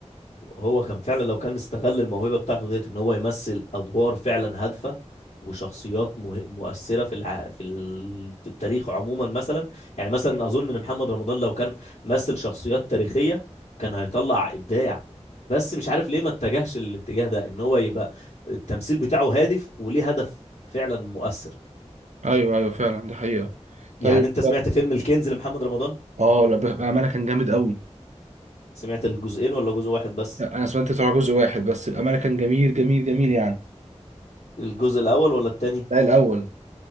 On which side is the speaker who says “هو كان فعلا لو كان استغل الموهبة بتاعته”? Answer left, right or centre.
Left